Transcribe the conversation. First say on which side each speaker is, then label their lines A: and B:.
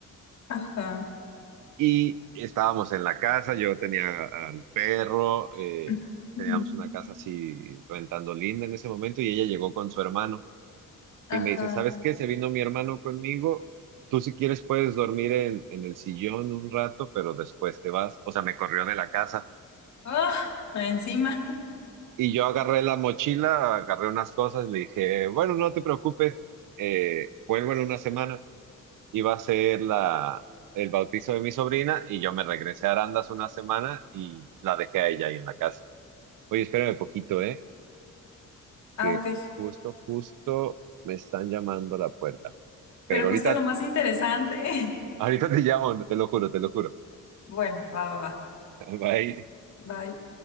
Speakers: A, on the left; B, on the right.
A: Ajá.
B: Y estábamos en la casa, yo tenía al perro, eh,
A: <clears throat>
B: teníamos
A: Mm.
B: una casa así rentando linda en ese momento y ella llegó con su hermano
A: Ajá.
B: y me dice, ¿sabes qué? Se vino mi hermano conmigo, tú si quieres puedes dormir en, en el sillón un rato, pero después te vas, o sea, me corrió de la casa.
A: Ah, encima.
B: Y yo agarré la mochila, agarré unas cosas, le dije, bueno, no te preocupes, eh, vuelvo en una semana. Iba a ser la, el bautizo de mi sobrina y yo me regresé a Arandas una semana y la dejé a ella ahí en la casa. Oye, espérame poquito, ¿eh?
A: Ah,
B: Que
A: ok.
B: justo, justo me están llamando a la puerta. Pero
A: Pero justo
B: ahorita,
A: en lo más interesante. <laughs>
B: ahorita te llamo, te lo juro, te lo juro.
A: Bueno, va, va, va.
B: <laughs> Bye.
A: Bye.